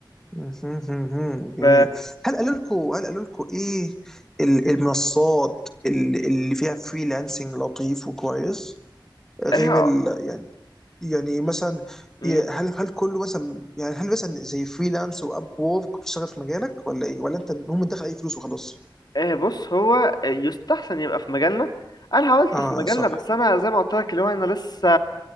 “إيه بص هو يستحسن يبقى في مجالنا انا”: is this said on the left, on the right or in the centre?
Left